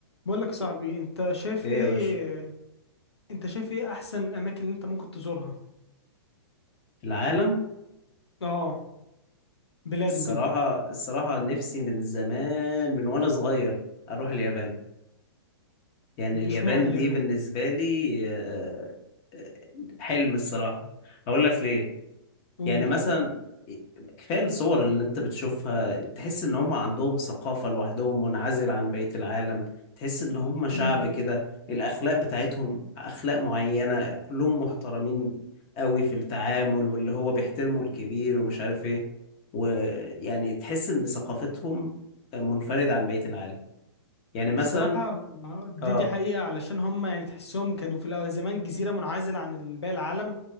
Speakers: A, on the left; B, on the left.
A: بقول لك يا صاحبي انت شايف
B: ايه
A: ايه
B: يا باشا
A: انت شايف ايه احسن الاماكن اللي انت ممكن تزورها
B: العالم
A: اه بلاد
B: الصراحة
A: وكده
B: الصراحة نفسي من زمان من وانا صغير اروح اليابان يعني
A: مم،
B: اليابان
A: اشمعنى اليابان
B: دي بالنسبة لي آه، آه، حلم الصراحة اقول لك ليه
A: قول
B: يعني مثلا كفاية الصور اللي انت بتشوفها تحس ان هم عندهم ثقافة لوحدهم منعزلة عن بقية العالم تحس ان هم شعب
A: امم
B: كده الاخلاق بتاعتهم اخلاق معينة كلهم محترمين قوي في التعامل واللي هو بيحترموا الكبير ومش عارف ايه ويعني تحس ان ثقافتهم منفردة عن بقية العالم يعني مثلا
A: الصراحه دي
B: اه
A: دي حقيقه علشان هم يعني تحسهم كانوا في الأول زمان جزيره منعزله عن باقي العالم